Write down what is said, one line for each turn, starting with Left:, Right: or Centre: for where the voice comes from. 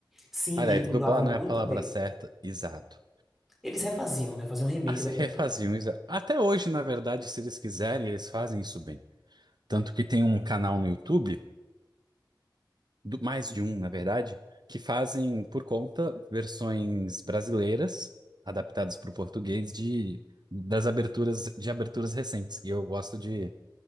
Centre: Sim,
Right: Aliás,
Centre: e eles dublavam
Right: dublar não
Centre: muito
Right: é a palavra
Centre: bem.
Right: certa, exato.
Centre: Eles refaziam, né? Faziam um remake
Right: Assim,
Centre: da abertura.
Right: refaziam, isso Até hoje, na verdade, se eles quiserem, eles fazem isso bem. Tanto que tem um canal no YouTube do- mais de um, na verdade, que fazem por conta versões brasileiras adaptadas para o português de das aberturas de aberturas recentes. E eu gosto de.